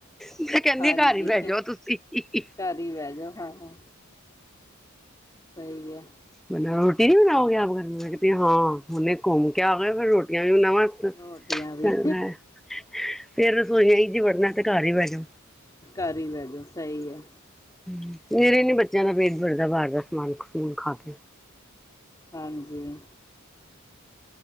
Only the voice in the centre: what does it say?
ਮੈਂ ਕਹਿੰਦੀ
ਆ ਘਰ ਹੀ ਬਹਿ ਜਾਓ ਤੁਸੀਂ
<unintelligible> ਰੋਟੀ ਨਹੀਂ ਬਣਾਓਗੇ ਆਪ, ਘਰ ਮੈਂ ਕੀ ਹਾਂ ਹੁਨੇ ਘੁੰਮ ਕੇ ਆ ਗਏ, ਫਿਰ ਰੋਟੀਆਂ ਵੀ ਬਣਾਵਾਂ।
<unintelligible> ਫੇਰ ਰਸੋਈ ਚ ਵੜਨਾ ਏ ਤੇ ਘਰ ਈ ਬਹਿ ਜਓ।
ਹਂ, ਮੇਰੇ ਨੀਂ ਬੱਚਿਆਂ ਦਾ ਪੇਟ ਵਰਦਾ ਬਾਹਰ ਦਾ ਸਮਾਨ- ਸਮੂਨ ਖਾ ਕੇ।